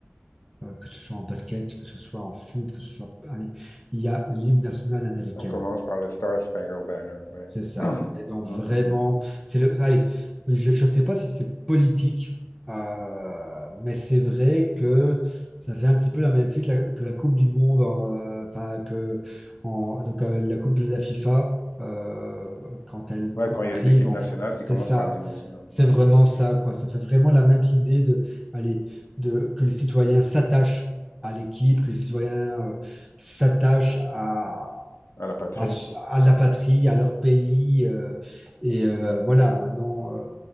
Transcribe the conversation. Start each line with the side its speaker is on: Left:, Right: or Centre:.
Centre: euh, que ce soit en basket, que ce soit en foot, que ce soit... Allez, il y a l'hymne national américaine.
Left: On commence par le Star Spangled Banner, ouais.
Centre: C'est ça. Et donc
Left: Mmh,
Centre: vraiment,
Left: mmh, mmh.
Centre: c'est le. Allez, je je ne sais pas si c'est politique, euh, mais c'est vrai que ça fait un petit peu la même fille que la, que la Coupe du Monde, en, euh, enfin que en- donc, euh, la Coupe de la FIFA euh, quand elle
Left: Ouais, quand
Centre: arrive
Left: il y a les équipes
Centre: en
Left: nationales
Centre: Fr- c'est
Left: qui commencent
Centre: ça.
Left: par les hymnes nationaux,
Centre: C'est
Left: ouais.
Centre: vraiment ça, quoi. Ça fait vraiment la même idée de, allez, de que les citoyens s'attachent à l'équipe, que les citoyens euh, s'attachent à
Left: À la patrie?
Centre: à, à la patrie, à leur pays. euh, et euh, voilà, maintenant, euh,